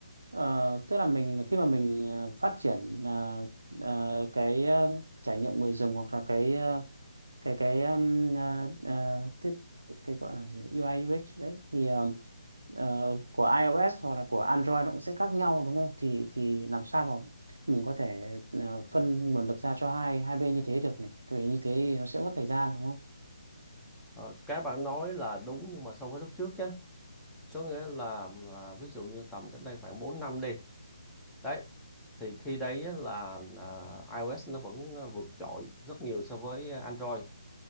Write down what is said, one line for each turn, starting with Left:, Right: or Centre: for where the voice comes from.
Right: ờ, tức là mình khi mà mình ờ, phát triển ờ, ờ, cái ờ, trải nghiệm người dùng hoặc là cái ờ, cái cái um, ờ, ờ, thiết cái gọi là gì UI UX đấy thì ờ, ờ, của iOS hoặc là của Android nó cũng sẽ khác nhau đúng không? Thì thì làm sao mà mình có thể ờ, phân nguồn lực ra cho hai hai bên như thế được nhỉ? Tại vì như thế thì nó sẽ mất thời gian đúng không?
Centre: Ờ, Cái bạn nói là đúng nhưng mà so với lúc trước nhé có nghĩa là à, ví dụ như tầm cách đây khoảng 4 năm đi đấy thì khi đấy á là à, iOS nó vẫn ờ, vượt trội rất nhiều so với Android